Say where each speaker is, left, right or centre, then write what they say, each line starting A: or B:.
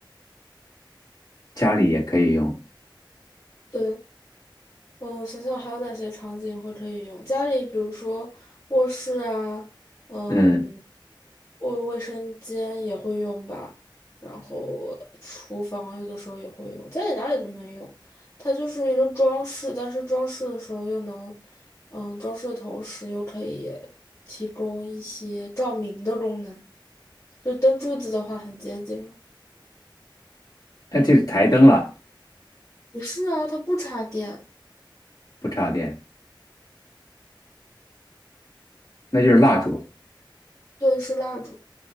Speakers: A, on the left; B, on the left.
A: 家里也可以用。
B: 对，嗯我想想还有哪些场景会可以用？家里，比如说卧室啊，嗯，
A: 嗯，
B: 卫卫生间也会用吧，然后厨房有的时候也会用，家里哪里都能用。它就是一个装饰，但是装饰的时候又能，嗯，装饰的同时又可以提供一些照明的功能，就灯柱子的话很接近。
A: 那这是台灯了，
B: 不是啊，它不插电，
A: 不插电，那就是蜡烛。
B: 对，是蜡烛。